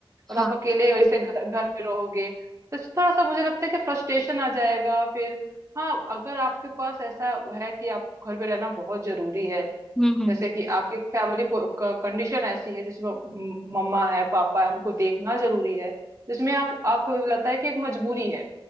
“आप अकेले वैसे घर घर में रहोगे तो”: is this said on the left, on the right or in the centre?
Right